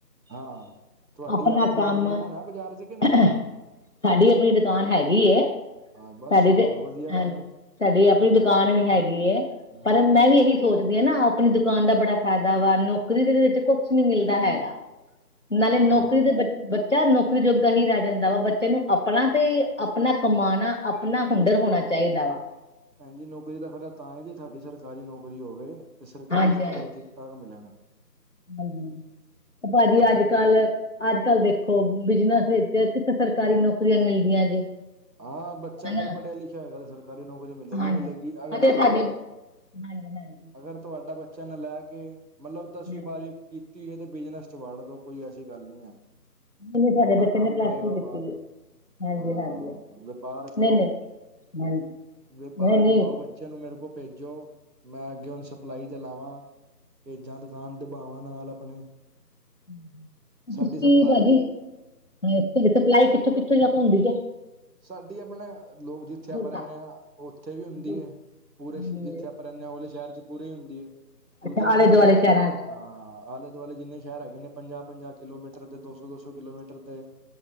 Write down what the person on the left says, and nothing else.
ਆਪਣਾ
ਕੰਮ
ਸਾਡੀ ਆਪਣੀ ਦੁਕਾਨ ਹੈਗੀ ਏ।
ਸਾਡੀ
ਤੇ,
ਹਾਂਜੀ,
ਸਾਡੀ ਆਪਣੀ ਦੁਕਾਨ ਵੀ ਹੈਗੀ ਏ,
ਪਰ ਮੈਂ ਵੀ ਇਹੀ ਸੋਚਦੀ ਆ ਨਾ, ਆਪਣੀ ਦੁਕਾਨ ਦਾ ਬੜਾ ਫਾਇਦਾ ਵਾ, ਨੌਕਰੀ ਦੇ ਕੁਛ ਨਹੀਂ ਮਿਲਦਾ ਹੈਗਾ, ਨਾਲੇ
ਨੌਕਰੀ 'ਤੇ ਬ ਬੱਚਾ ਨੌਕਰੀ ਕਰੀ ਜੋਗਾ ਹੀ ਰਹਿ ਜਾਂਦਾ ਵਾ, ਬੱਚੇ ਨੂੰ ਆਪਣਾ ਤੇ ਆਪਣਾ ਕਮਾਉਣਾ, ਆਪਣਾ ਹੁਨਰ ਹੋਣਾ ਚਾਹੀਦਾ ਵਾ।
ਹਾਂਜੀ-ਹਾਂਜੀ,
ਹਾਜੀ,
ਭਾਜੀ ਅੱਜ ਕੱਲ ਅੱਜ ਕੱਲ੍ਹ ਦੇਖੋ, ਬਿਜਨਸ ਦੇ ਵਿੱਚ ਕਿਥੇ ਸਰਕਾਰੀ ਨੌਕਰੀਆਂ ਮਿਲਦੀਆਂ ਜੇ।
ਹਨਾ
ਹਾਂਜੀ
ਅਤੇ ਸਾਡੇ
ਹਾਂਜੀ, ਹਾਂਜੀ।
ਹਾਂਜੀ
ਨਹੀਂ ਨਹੀਂ, ਸਾਡੇ
ਬੱਚੇ
ਨੇ ਪਲੱਸ
ਟੂ ਕੀਤੀ
ਹੈ ਹਾਂਜੀ
ਹਾਂਜੀ
ਨਹੀਂ ਨਹੀਂ ਹਾਂਜੀ
ਨਹੀਂ ਨਹੀਂ
<unintelligible>
ਭਾਜੀ,
ਹ ਸਪਲਾਈ ਕਿੱਥੋਂ ਕਿੱਥੋਂ ਜਾ ਕੇ ਹੁੰਦੀ ਜੌ?
ਤੱਕ
ਦੂਰ
ਹਾਂਜੀ
ਅੱਛਾ
ਆਲੇ
ਦੁਆਲੇ
ਸ਼ਹਿਰਾਂ ਚ